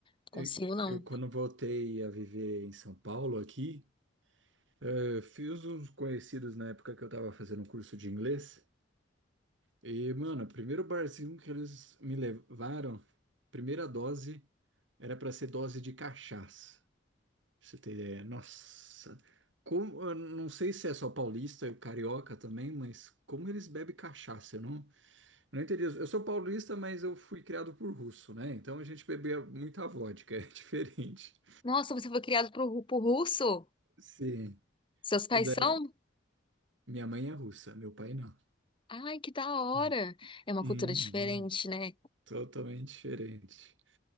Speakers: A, on the left; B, on the right.
A: Não consigo,
B: eu,
A: não.
B: eu, quando voltei a viver em São Paulo aqui, eh, fiz uns conhecidos na época que eu tava fazendo um curso de inglês. E, mano, o primeiro barzinho que eles me levaram, primeira dose, era pra ser dose de cachaça. Pra você ter ideia. Nossa. Como, eu não sei se é só paulista e carioca também, mas como eles bebem cachaça, eu não Eu não entendi. isso. Eu sou paulista, mas eu fui criado por russo, né? Então a gente bebia muita vodka, <laughs> é diferente.
A: Nossa, você foi criado pro, ru- pro russo?
B: Sim.
A: Seus pais
B: Da-
A: são?
B: Minha mãe é russa, meu pai não.
A: Ai, que da hora!
B: É.
A: É uma
B: Uhum.
A: cultura diferente, né?
B: Totalmente diferente.